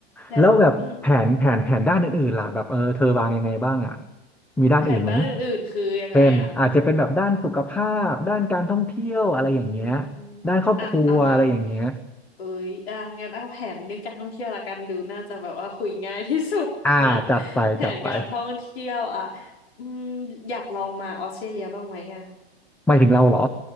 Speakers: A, on the left (about 70°); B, in the centre.
A: และอืม
B: แล้วแบบแผนแผนแผนด้านอื่นๆล่ะแบบเออเธอวางยังไงบ้างอ่ะมีด้านอื่นไหม
A: แผนด้านอื่นๆคือยังไงอะ
B: เป็นอาจจะเป็นแบบด้านสุขภาพด้านการท่องเที่ยวอะไรอย่างเงี้ย
A: อืมอ่ะเอามา
B: ด้านครอบครัวอะไรอย่างเงี้ย
A: เอ้ยอ่ะงั้นเอาแผนเรื่องการท่องเที่ยวละกันดูน่าจะแบบว่าคุยง่ายที่สุดนะ
B: อ่าจัดไปจัดไป
A: แผนการท่องเที่ยวอ่ะอืมอยากลองมาออสเตรเลียบ้างไหมอะ
B: หมายถึงเราเหรอ